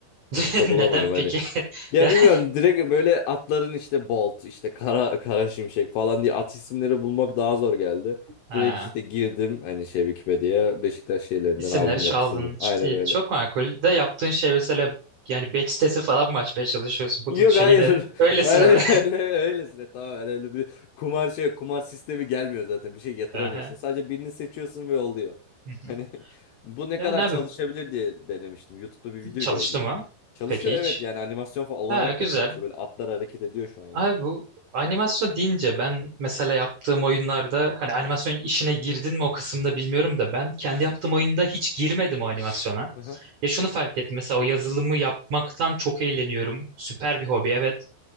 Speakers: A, on the right; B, on the left.
A: <laughs>
B: At da bulamadım
A: neden
B: hani.
A: peki? <laughs>
B: Ya
A: Ya
B: bilmiyorum
A: <laughs>
B: direkt böyle atların işte Bolt, işte Kara Kara Şimşek falan diye at isimleri bulmak daha zor geldi.
A: ha,
B: Direkt işte girdim hani şey Wikipedia'ya Beşiktaş şeylerinden
A: isimleri
B: aldım
A: çaldın.
B: yapıştırdım. Aynen
A: İşte
B: öyle.
A: Çok makul. De yaptığın şey mesela yani batch sitesi falan mı açmaya çalışıyorsun? Bunun
B: Yok
A: şeyi
B: hayır.
A: de
B: <laughs>
A: öylesine
B: Hayır hayır
A: be.
B: öyle, öylesine tamamen öyle bir kumar şey kumar sistemi gelmiyor zaten bir şey yatıramıyorsun.
A: <laughs> Aha.
B: Sadece birini seçiyorsun ve oluyor.
A: Hı
B: Hani
A: hı.
B: <laughs> bu ne
A: Yani
B: kadar
A: abi
B: çalışabilir diye denemiştim. YouTube'da bir video
A: çalıştı
B: gördüydüm.
A: mı?
B: Çalışıyor
A: Peki hiç.
B: evet yani animasyon falan olarak
A: Ha güzel.
B: da çalışıyor. Böyle atlar hareket ediyor şu an yani.
A: Abi bu animasyon deyince ben mesela yaptığım oyunlarda hani animasyon işine girdin mi o kısımda bilmiyorum da ben kendi yaptığım oyunda hiç girmedim o animasyona.
B: Aha.
A: Ya şunu fark ettim mesela o yazılımı yapmaktan çok eğleniyorum. Süper bir hobi evet